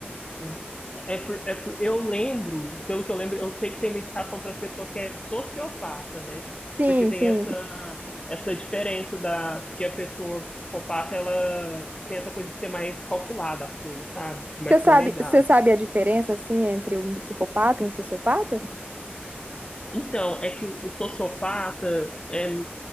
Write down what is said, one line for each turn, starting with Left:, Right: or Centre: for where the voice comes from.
Left: Sim. É é por, é por- eu lembro, pelo que eu lembro, eu sei que tem medicação para pessoa que é sociopata, né?
Right: Sim,
Left: Porque tem
Right: sim.
Left: essa, essa diferença da que a pessoa psicopata ela tem essa coisa de ser mais calculada as coisas, sabe? Tipo, mais
Right: Você sabe,
Left: planejada.
Right: você sabe a diferença, assim, entre um psicopata e um sociopata?
Left: Então, é que o o sociopata é,